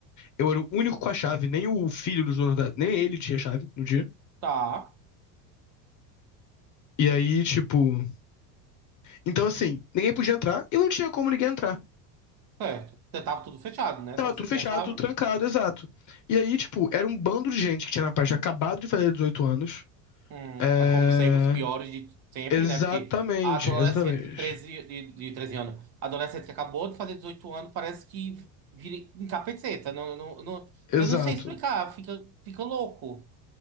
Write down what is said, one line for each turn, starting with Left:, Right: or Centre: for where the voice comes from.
Left: Eu era o único com a chave, nem o filho dos donos da... Nem ele tinha chave no dia.
Right: Tá,
Left: E aí, tipo... Então, assim, ninguém podia entrar e não tinha como ninguém entrar.
Right: certo. Você tava tudo fechado, né?
Left: Tava
Right: Só você
Left: tudo
Right: tinha
Left: fechado,
Right: a chave.
Left: tudo trancado, exato. E aí, tipo, era um bando de gente que tinha na parte acabado de fazer 18 anos.
Right: Hum,
Left: É...
Right: é como sempre, os piores de sempre,
Left: Exatamente,
Right: né? Porque a adolescente
Left: exatamente.
Right: de treze de, de 13 anos, a adolescente que acabou de fazer 18 anos, parece que vira encapeta. Não, não, não,
Left: Exato.
Right: eu não sei explicar, fica, fica louco.